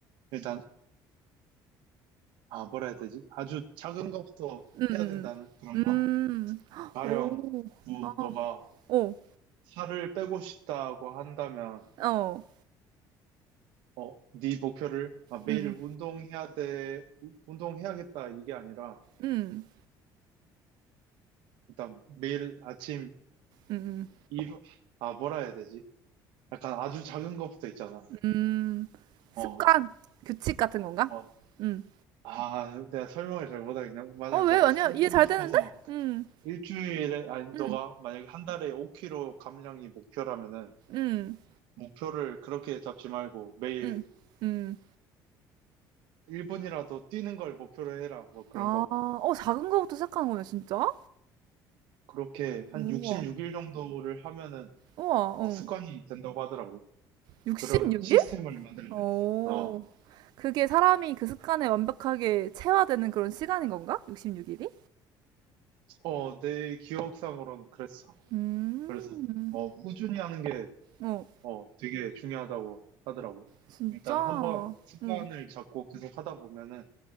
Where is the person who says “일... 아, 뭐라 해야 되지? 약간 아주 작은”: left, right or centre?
Right